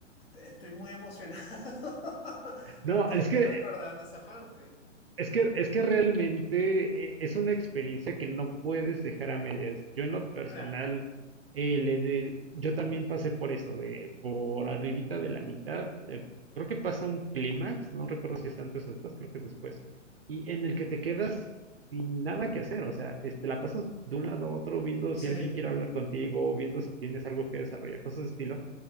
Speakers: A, on the left; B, on the right.
A: estoy muy emocionado <laughs>
B: No,
A: porque
B: es
A: estoy
B: que,
A: recordando esa parte.
B: es que, es que realmente eh, es una experiencia que no puedes dejar a medias. Yo en lo personal,
A: Claro.
B: eh, le de- yo también pasé por eso, de por arribita de la mitad. eh, creo que pasa un clímax, no recuerdo si es antes o después, creo que es después, y en el que te quedas sin nada que hacer. O sea, este, la pasas de un lado a otro viendo
A: Sí,
B: si alguien quiere hablar contigo, viendo si tienes algo que desarrollar, cosas de estilo.